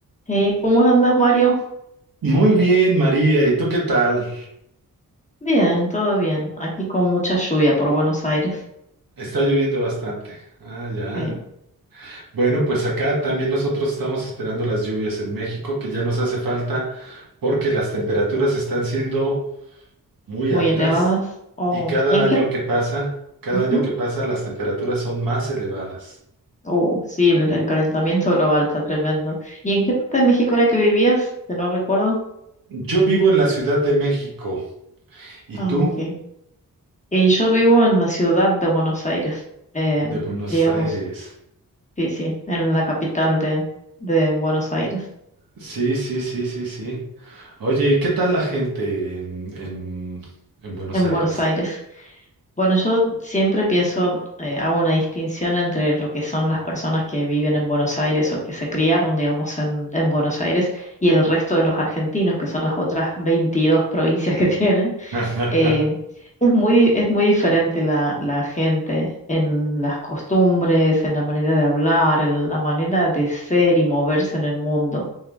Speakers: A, on the left (about 20°); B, on the right (about 70°).
A: Hey, ¿cómo andas, Mario?
B: Muy bien, María. ¿Y tú qué tal?
A: Bien, todo bien. Aquí con mucha lluvia por Buenos Aires.
B: Está lloviendo bastante. Ah, ya.
A: Sí,
B: Bueno, pues acá también nosotros estamos esperando las lluvias en México, que ya nos hace falta porque las temperaturas están siendo muy
A: muy
B: altas
A: elevadas. Oh,
B: y cada
A: ¿en
B: año
A: qué?
B: que pasa, cada
A: Ujú.
B: año que pasa, las temperaturas son más elevadas.
A: Oh, sí, el, el calentamiento global está tremendo. ¿Y en qué parte de México era que vivías? Que no recuerdo.
B: Yo vivo en la Ciudad de México. ¿Y
A: Ah,
B: tú?
A: ok. Y yo vivo en la ciudad de Buenos Aires. eh,
B: De Buenos
A: digamos,
B: Aires.
A: sí, sí, en la capital de, de Buenos Aires.
B: Sí, sí, sí, sí, sí. Oye, ¿y qué tal la gente en, en, en Buenos
A: En
B: Aires?
A: Buenos Aires. Bueno, yo siempre pienso, eh, hago una distinción entre lo que son las personas que viven en Buenos Aires o que se criaron, digamos, en, en Buenos Aires y el resto de los argentinos, que son las otras 22 provincias que <laughs> tienen.
B: <laughs>
A: Eh, es muy, es muy diferente la, la gente en las costumbres, en la manera de hablar, en la manera de ser y moverse en el mundo.